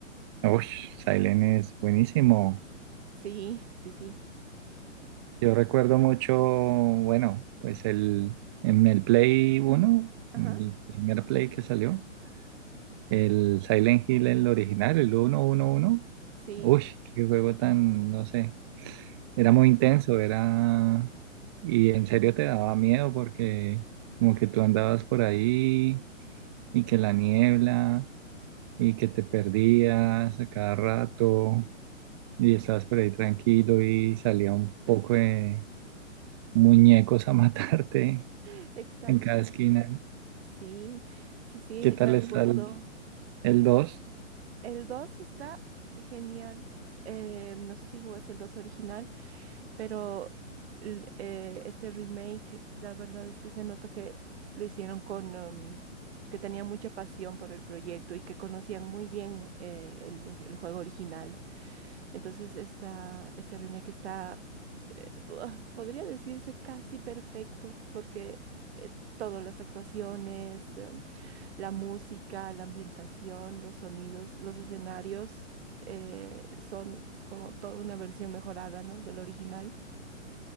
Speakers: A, on the right (about 20°); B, on the right (about 55°).
A: Uy, Silent es buenísimo.
B: Sí, sí, sí.
A: Yo recuerdo mucho, bueno, pues el, en el Play uno
B: Ajá,
A: el primer Play que salió, el Silent Hill, el original, el uno uno uno
B: sí,
A: Uy, qué juego tan, no sé, era muy intenso, era, y en serio te daba miedo porque como que tú andabas por ahí y que la niebla y que te perdías a cada rato y estabas por ahí tranquilo y salía un poco de muñecos a <laughs> matarte
B: <laughs> exacto.
A: en cada esquina.
B: Sí, sí, sí,
A: ¿Qué tal
B: me acuerdo.
A: está el, dos? 2?
B: El 2 está genial. Eh, no sé si jugaste el 2 original, pero l- eh, este remake, la verdad es que se nota que lo hicieron con, um, que tenían mucha pasión por el proyecto y que conocían muy bien eh, el, el juego original. Entonces, esta, este remake está, eh, ah, podría decirse casi perfecto, porque eh, todas las actuaciones. em, la música, la ambientación, los sonidos, los escenarios eh, son como toda una versión mejorada, ¿no? Del original.